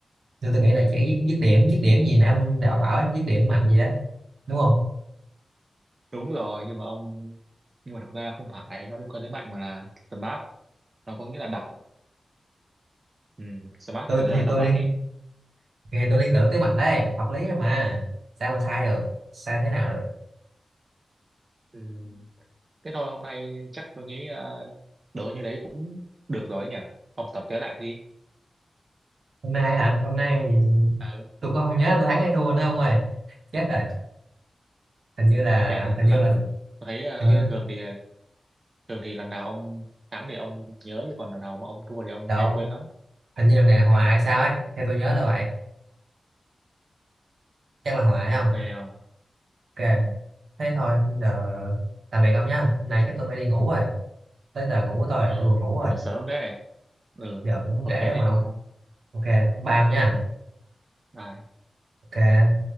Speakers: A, on the right; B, on the right.
A: nhưng tôi nghĩ là sẽ dứt dứt điểm dứt điểm gì nè ông đạo bảo ấy dứt điểm mạnh gì đó đúng không
B: đúng rồi nhưng mà ông nhưng mà thật ra không phải nó liên quan tới mạnh mà là smart nó có nghĩa là đập ừ, smart
A: tôi,
B: kiểu
A: tôi
B: là
A: thì
B: đập
A: tôi
B: mạnh
A: liên
B: ấy
A: thì tôi liên tưởng tới mạnh đấy hợp lý rồi mà sao mà sai được sai thế nào được
B: ừ. thế thôi hôm nay chắc tôi nghĩ ờ, đố như đấy cũng được rồi ấy nhỉ ông tổng kết lại đi
A: hôm nay hả hôm nay
B: ừ.
A: tôi cũng không nhớ tôi thắng hay thua nữa ông ơi chết rồi hình
B: Ừ.
A: như là
B: Cái
A: hình
B: lần
A: như là
B: tôi thấy ờ,
A: hình như
B: thường thì thường thì lần nào ông thắng thì ông nhớ chứ còn lần nào mà ông thua thì ông
A: đâu
B: hay quên lắm
A: hình như lần này là hòa hay sao ấy theo tôi nhớ là vậy chắc là hòa
B: ừ.
A: hay không
B: ok không
A: ok
B: ừ.
A: thế thôi giờ tạm biệt ông nha nay chắc tôi phải đi ngủ rồi tới giờ ngủ của tôi rồi
B: ừ
A: tôi buồn ngủ rồi
B: ngủ sớm thế ừ
A: giờ cũng
B: ok
A: trễ rồi
B: thế
A: mà ông
B: thôi không
A: ok bye ông nha
B: ừ bye
A: ok